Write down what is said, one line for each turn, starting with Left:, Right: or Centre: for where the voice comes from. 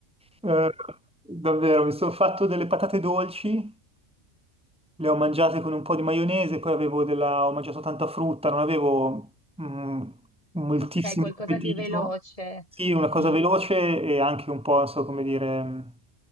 Centre: Eh, davvero, mi sono fatto delle patate dolci, le ho mangiate con un po' di maionese, poi avevo della... ho mangiato tanta frutta, non avevo mh, moltissimo
Left: Okay, qualcosa
Centre: appetito.
Left: di veloce.
Centre: Sì, una cosa
Left: Mh,
Centre: veloce e anche un po', non so come dire, mh,